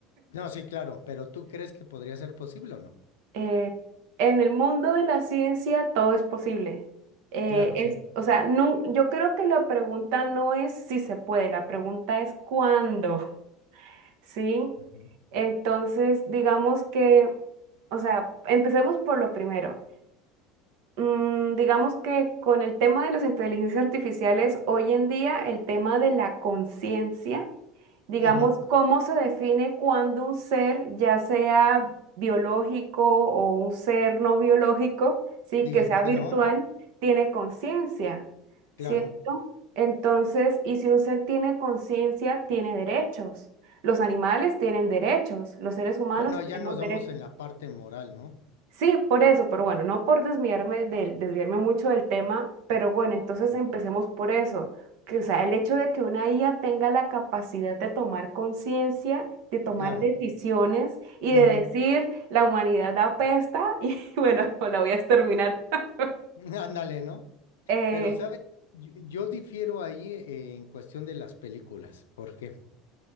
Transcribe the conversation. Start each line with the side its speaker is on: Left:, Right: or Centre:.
Left: No, sí, claro, pero ¿tú crees que podría ser posible o no?
Right: eh, en el mundo de la ciencia todo es posible. Eh,
Left: Claro,
Right: es,
Left: sí.
Right: o sea, no, yo creo que la pregunta no es si se puede, la pregunta es cuándo, <laughs> ¿sí?
Left: Ujú.
Right: Entonces, digamos que, o sea, empecemos por lo primero. Mm, digamos que con el tema de las inteligencias artificiales, hoy en día el tema de la conciencia, digamos,
Left: Ujú.
Right: cómo se define cuando un ser, ya sea biológico o un ser no biológico, sí,
Left: Digital,
Right: que sea virtual,
Left: ¿no?
Right: tiene conciencia,
Left: Claro.
Right: ¿cierto? Entonces, y si un ser tiene conciencia, tiene derechos. Los animales tienen derechos, los seres humanos
Left: Bueno,
Right: tenemos
Left: ya nos vamos
Right: derechos.
Left: en la parte moral, ¿no?
Right: Sí, por eso, pero bueno, no por desviarme del, desviarme mucho del tema, pero bueno, entonces
Left: Ujú.
Right: empecemos por eso, que o sea, el hecho de que una IA tenga la capacidad de tomar conciencia, de tomar
Left: Claro.
Right: decisiones y
Left: Ujú.
Right: de decir la humanidad apesta <laughs> y bueno, <laughs> la voy a exterminar. <laughs>
Left: <laughs> Ándale, ¿no?
Right: Eh,
Left: Pero, ¿sabes? Yo, yo difiero ahí eh, en cuestión de las películas. ¿Por qué?